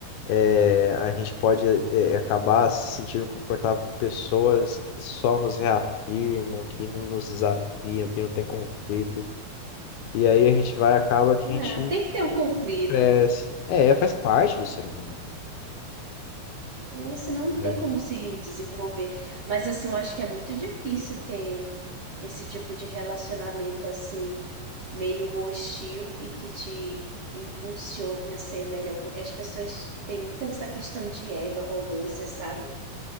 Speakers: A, on the left; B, on the right.
A: é, a gente pode é, acabar se sentindo confortável com pessoas que só nos reafirmam, que não nos desafiam, que não tem conflito. E aí a gente vai, acaba que
B: Não,
A: a gente
B: tem que ter um conflito.
A: cresce. É, faz parte do ser humano.
B: É, senão não
A: É.
B: tem como se desenvolver. Mas assim, eu acho que é muito difícil ter esse tipo de relacionamento assim, meio hostil e que te impulsione a ser melhor, porque as pessoas têm muito essa questão de ego, arrogância, sabe?